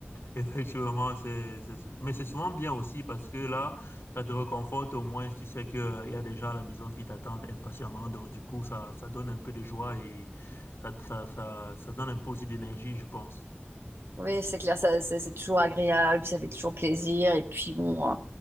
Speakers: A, on the left (about 75°); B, on the right (about 70°).
A: Effectivement, c'est, c'est, sou- mais c'est souvent bien aussi parce que là, ça te réconforte au moins, tu sais que, euh, il y a des gens à la maison qui t'attendent impatiemment, donc du coup, ça, ça donne un peu de joie et ça, ça, ça, ça donne un peu aussi d'énergie, je pense.
B: Oui, c'est clair, ça, c'est c'est toujours agréable, ça fait toujours plaisir. Et puis bon. euh,